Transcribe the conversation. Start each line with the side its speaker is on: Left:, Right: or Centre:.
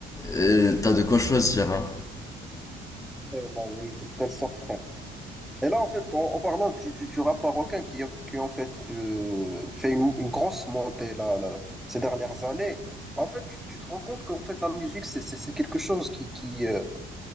Left: euh, t'as de quoi choisir, hein.
Centre: Vraiment, oui, de telle sorte, frère. Et là, en fait, en, en parlant du, du, du rap marocain qui, a- qui en fait, euh, fait une, une grosse montée là, là, ces dernières années, en fait, tu, tu te rends compte qu'en fait, la musique, c'est c'est- c'est quelque chose qui, qui, euh,